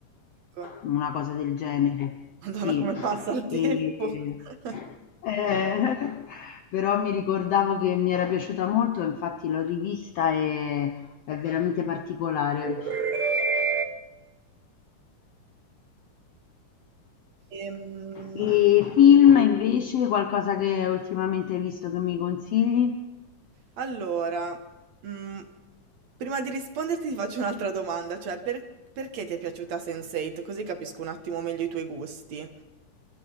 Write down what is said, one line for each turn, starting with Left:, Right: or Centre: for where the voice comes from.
Right: Ecco.
Left: una cosa del genere,
Right: <laughs> Madonna,
Left: sì.
Right: come passa il tempo.
Left: E-
Right: <laughs>
Left: eh, <laughs> però mi ricordavo che mi era piaciuta molto, infatti l'ho rivista e è veramente particolare.
Right: Madonna. Ehm,
Left: E film invece, qualcosa che ultimamente hai visto che mi consigli?
Right: allora, mm, prima di risponderti ti faccio un'altra domanda, cioè per- perché ti è piaciuta Sense8? Così capisco un attimo meglio i tuoi gusti.